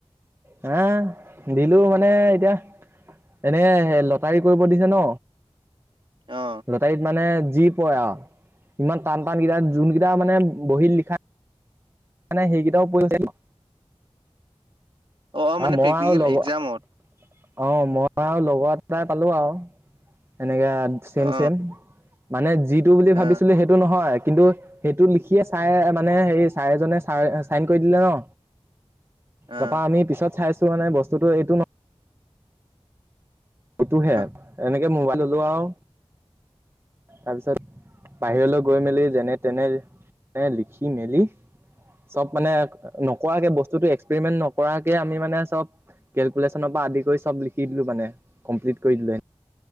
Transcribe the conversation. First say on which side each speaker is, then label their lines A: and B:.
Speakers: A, on the right (about 25°); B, on the right (about 55°).
A: হা, দিলো মানে এতিয়া এনে স লটাৰী কৰিব দিছে ন,
B: অ
A: লটাৰীত মানে যি পৰে আৰু ইমান টান টানকেইটা যোনকেইটা মানে বহীত লিখা মানে সেইকেইটাও <unintelligible>
B: অ অ মানে
A: আৰু মই
B: প্ৰেক্টিকেল
A: আৰু লগত
B: এক্জামত
A: অ' মই আৰু লগত প্ৰায় পালোঁ আও। এনেকে ছেম
B: অ
A: চেম মানে যিটো বুলি
B: অ
A: ভাবিছিলো সেইটো নহয় কিন্তু সেইটো লিখিয়ে ছাৰে মানে হেৰি ছাৰে এজনে ছ ছাইন কৰি দিলে ন।
B: অ
A: তাৰপা আমি পিছত চাইছো মানে বস্তুটো এইটো ন এইটো হেপ
B: অ
A: এনেকে মোবাইল ওলোৱা আও তাৰপিছত বাহিৰলৈ গৈ মেলি যেনে তেনে লিখি মেলি চব মানে নকৰাকে বস্তুটো এক্সপেৰিমেন্ট নকৰাকে আমি মানে চব কেলকুলেশ্যনৰ পৰা আদি কৰি চব লিখি দিলো মানে, কমপ্লিট কৰি দিলে।